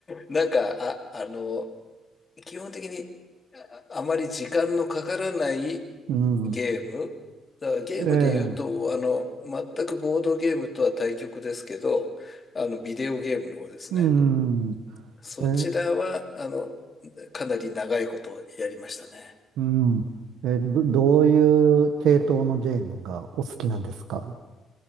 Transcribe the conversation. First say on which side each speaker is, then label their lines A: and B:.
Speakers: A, on the left; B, on the right.
A: なんか、あ、あの、基本的にあ、あまり時間のかからない
B: うん、
A: ゲーム。だからゲームで言うと、
B: ええ。
A: あの、全くボードゲームとは対極ですけど、あの、ビデオゲームの方ですね。
B: うん。
A: そちらは、
B: え、
A: あの、かなり長いことやりましたね。
B: うん。え、どどういう系統のゲームがお好きなんですか